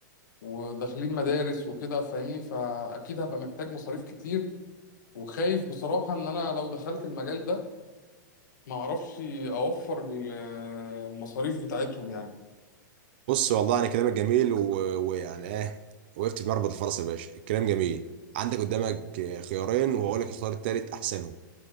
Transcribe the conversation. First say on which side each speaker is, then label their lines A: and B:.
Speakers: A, on the left; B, on the right.
A: وداخلين مدارس وكده فاهمني فاكيد هبقى محتاج مصاريف كتير وخايف بصراحة ان انا لو دخلت المجال ده ما اعرفش اوفر ال- المصاريف بتاعتهم يعني
B: بص والله أنا كلامك جميل و- ويعني إيه وقفت في مربط الفرس يا باشا الكلام جميل عندك قدامك إيه، خيارين وهقول لك الخيار التالت أحسنهم